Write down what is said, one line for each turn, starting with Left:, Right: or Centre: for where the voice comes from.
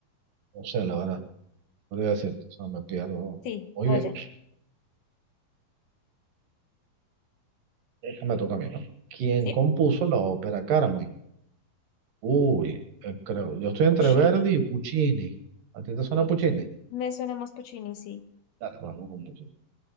Right: O sea, la verdad, podría decirte, o sea, me pierdo.
Left: Sí,
Right: Muy
Left: Goya.
Right: bien, esta me toca a mí, ¿no? ¿Quién
Left: Sí,
Right: compuso la ópera Carmen? Uy, eh, creo. Yo estoy entre
Left: Puccini.
Right: Verdi y Puccini. ¿A ti te suena Puccini?
Left: Me suena más Puccini, sí.
Right: Dale, vamos con Puccini.